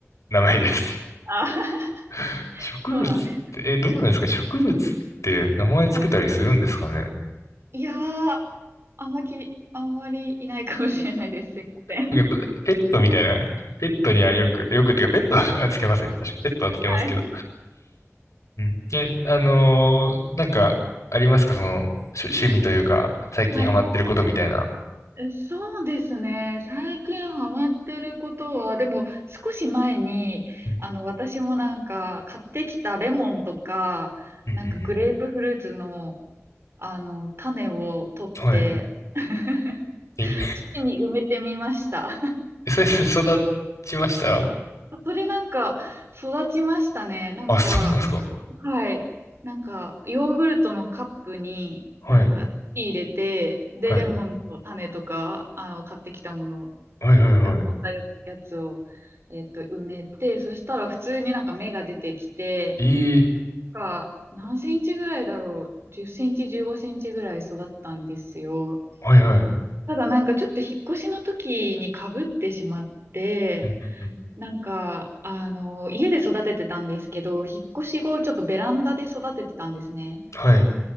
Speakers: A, on the left; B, on the right.
A: 名前です。
B: あ、<laughs>
A: <laughs> 植物って、
B: そうなんです。
A: え、どうなんですか植物って名前つけたりするんですかね
B: はい。いやー、あんまき、あんまりいないかもしれないです。すいません。
A: なんかぶペットみたいな、ペットにはよく、よくっていうか、ペットは <laughs> つけませんね。確かペットはつけますけど。
B: <laughs> はい。
A: うん。え、あのーなんか、ありますかその、趣趣味というか、最近ハマってることみたいな。
B: はいえそうですね。最近ハマってることは、でも少し前に、
A: うん、
B: あの、私もなんか買ってきたレモンとか、
A: うん、
B: なんかグレープフルーツの、
A: うん
B: あの、種を取って、
A: うん。はい。
B: <laughs>
A: え、
B: 土に埋めてみました。
A: えそれ、育ちました
B: <laughs> それなんか育ちましたね。なんか、
A: あ、そうなんですか。
B: はい。なんか、ヨーグルトのカップになんか入れて、
A: はい、
B: で、
A: はい。
B: レモンの種とか、あの、買ってきたものを
A: はい、はい、
B: から取ったややつを、
A: はい。
B: えっと、埋めて、そしたら普通になんか芽が出てきて、
A: いい。
B: が何センチぐらいだろう、10センチ、15センチぐらい育ったんですよ。
A: はい、はい。うん、
B: ただなんかちょっと引っ越しの時に被ってしまって、
A: うん、うん。
B: なんか、あの、家で育ててたんですけど、引っ越し後ちょっとベランダで育ててたんですね。
A: はい。